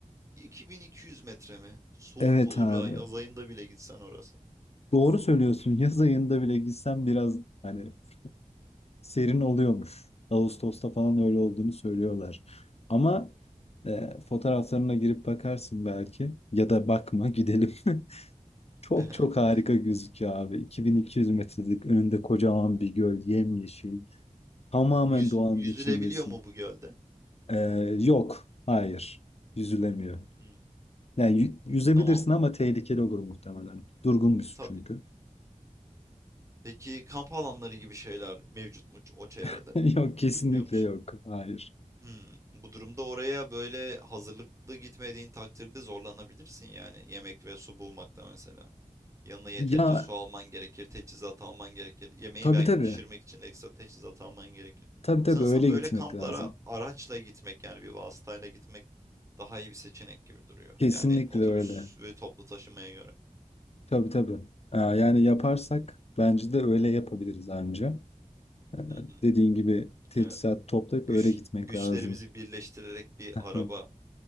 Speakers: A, on the right (about 20°); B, on the left (about 50°).
A: 2200 metre mi? Soğuk
B: Evet
A: olur
B: abi.
A: ya yaz ayında bile gitsen orası.
B: Doğru söylüyorsun. <laughs> Yaz ayında bile gitsem biraz hani serin oluyormuş. Ağustos'ta falan öyle olduğunu söylüyorlar. Ama e, fotoğraflarına girip bakarsın belki ya da bakma gidelim. <laughs> Çok
A: <laughs>
B: çok harika gözüküyor abi. 2200 metrelik önünde kocaman bir göl, yemyeşil. Tamamen
A: Yüz,
B: doğanın
A: yüzülebiliyor
B: içindesin.
A: mu bu gölde?
B: Eee, yok. Hayır. Yüzülemiyor.
A: Hmm,
B: Yani yü- yüzebilirsin
A: tamam.
B: ama tehlikeli olur muhtemelen. Durgun bir su
A: Tabii.
B: çünkü.
A: Peki kamp alanları gibi şeyler mevcut mu o çevrede?
B: <laughs> Yok kesinlikle
A: Biliyor musun?
B: yok. Hayır.
A: Hmm, bu durumda oraya böyle hazırlıklı gitmediğin takdirde zorlanabilirsin yani yemek ve su bulmakta mesela. Yanına yeterince
B: Ya
A: su alman gerekir, teçhizat alman gerekir. Yemeği
B: tabii
A: belki
B: tabii.
A: pişirmek için de ekstra teçhizat alman gerekir.
B: Tabii tabii
A: Sanırsam
B: öyle
A: böyle
B: gitmek
A: kamplara
B: lazım.
A: araçla gitmek yani bir vasıtayla gitmek daha iyi bir seçenek gibi duruyor.
B: Kesinlikle
A: Yani otobüs
B: öyle.
A: ve toplu taşımaya göre.
B: Tabii tabii. Ee, yani yaparsak bence de öyle yapabiliriz anca. Ee,
A: Hı hı,
B: dediğin gibi teçhizat
A: evet.
B: toplayıp
A: Güç,
B: öyle gitmek
A: güçlerimizi
B: lazım.
A: birleştirerek bir
B: <laughs>
A: araba